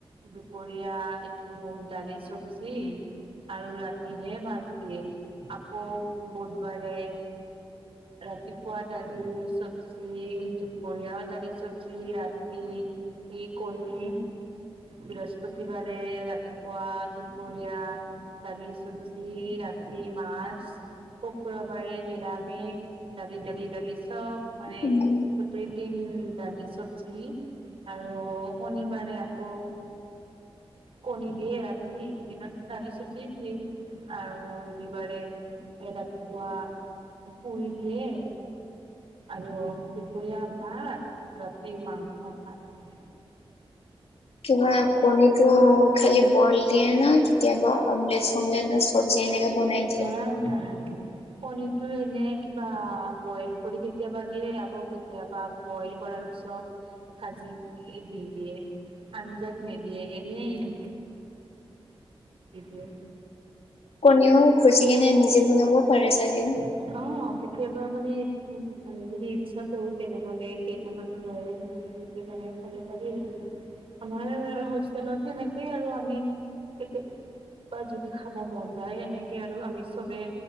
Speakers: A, on the right; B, on the left.
A: দুপৰীয়া একো দালি চব্জি আৰু ৰাতিহে মাজ দিয়ে আকৌ বুধবাৰে ৰাতিপুৱা দালি চবজি দুপৰীয়া দালি চব্জি ৰাতি কণী বৃহস্পতিবাৰে ৰাতিপুৱা দুপৰীয়া দালি চব্জি ৰাতি মাছ কুকুৰবাৰে নিৰামিষ দালি দালি দালি চব মানে
B: উম
A: গোটেই দিন দালি চব্জি আৰু শনিবাৰে গ' কণী দিয়ে ৰাতি দিনত দ়ি চব্জি দিয়ে আৰু ৰবিবাৰে এ ৰাতিপুৱা পুৰি দিয়ে আৰু দুপৰীয়া ভাত ৰাতি মাংস ভাত দিয়ে।
B: কিবা কণী টো খালি বইল দিয়ে না কেতিয়াবা অমলেট চমলেট ন চব্জি এনেকে বনাই দিয়ে
A: নাই নাই কনীৰতটো এনে কিবা বইল কৰি কেতিয়াবা দিয়ে আকৌ কেতিয়াবা বইল কৰাৰ পিছত ভাজি দি দিয়ে আঞ্জাত ম দ এনে দি
B: কণীও খজি কিনে নিজে বনাবও পাৰে চাগে
A: অ কেতিয়াবাৰ মানে আমি যদি ইচ্ছা কৰো তেনেহলে কেইটামান লয় আমি বোগনাই খাব পাৰি আৰু আমাৰ হোষ্টেলত সেনেকেই আৰু আমিয়া বা যদি খাব মন যায় এনেকে আৰু আমি চবে